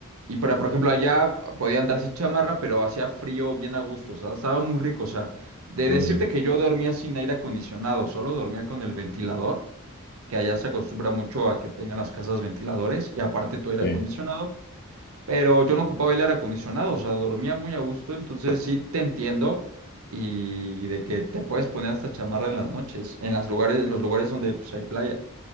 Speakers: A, on the right; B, on the left.
A: y para, por ejemplo, allá podía andar sin chamarra, pero hacía frío bien a gusto, o sea, estaba muy rico, o sea, de
B: qué
A: decirte
B: bueno,
A: que yo dormía sin aire acondicionado, solo dormía con el ventilador, que allá se acostumbra mucho a que tengan las casas ventiladores y aparte todo aire
B: Sí,
A: acondicionado, pero yo no ocupaba el aire acondicionado, o sea, dormía muy a gusto, entonces sí te entiendo y de que te puedes poner hasta chamarra en las noches, en las lugares, en los lugares donde pues, hay playa.